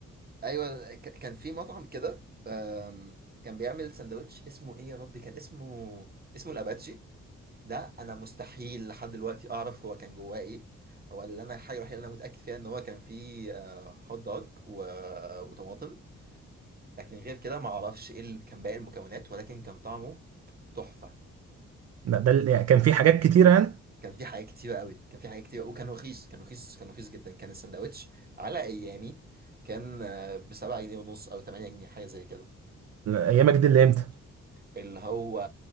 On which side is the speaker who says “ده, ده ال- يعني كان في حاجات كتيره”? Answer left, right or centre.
Right